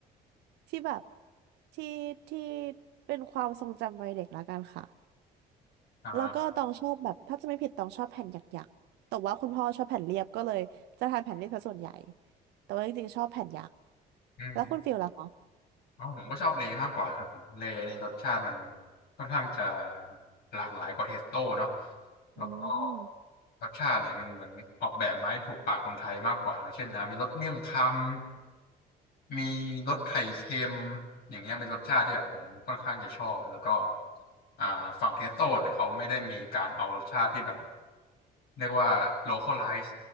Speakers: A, on the right; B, on the left.
A: ที่แบบที่ที่เป็นความทรงจำวัยเด็กละกันค่ะ
B: อ่า
A: แล้วก็ตองชอบแบบถ้าจะไม่ผิดตองชอบแผ่นหยักๆแต่ว่าคุณพ่อชอบแผ่นเรียบก็เลยจะทานแผ่นเรียบซะส่วนใหญ่แต่ว่าจริงๆชอบแผ่นหยัก
B: อืม
A: แล้วคุณฟิลล่ะคะ
B: อ๋อผมก็ชอบเลย์มากกว่าครับผมเลย์นี่รสชาติมันค่อนข้างจะหลากหลายกว่าเทสโต้เนาะแล้วก็
A: อืม
B: รสชาติเนี่ยมันเหมือนออกแบบมาให้ถูกปากคนไทยมากกว่าอย่างเช่นนะมีรสเมี่ยงคำมีรสไข่เค็มอย่างเงี้ยเป็นรสชาติที่แบบผมค่อนข้างจะชอบแล้วก็อ่าฝั่งเทสโต้เนี่ยเขาไม่ได้มีการเอารสชาติที่แบบเรียกว่า localize